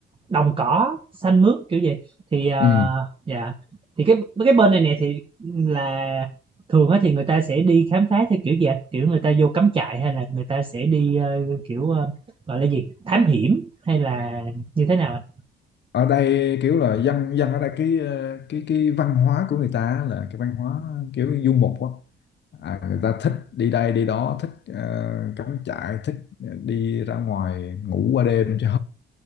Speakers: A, on the right; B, on the left.
A: đồng cỏ xanh mướt kiểu gì thì ờ,
B: ừ.
A: dạ thì cái cái bên này nè thì là thường á thì người ta sẽ đi khám phá theo kiểu gì ạ? kiểu người ta vô cắm trại hay là người ta sẽ đi ờ, kiểu ờ, gọi là gì thám hiểm hay là như thế nào ạ?
B: ở đây kiểu là dân dân ở đây cái ờ, cái cái văn hóa của người ta là cái văn hóa kiểu du mục á à, người ta thích đi đây đi đó thích ờ, cắm trại thích ờ, đi ra ngoài ngủ qua đêm chứ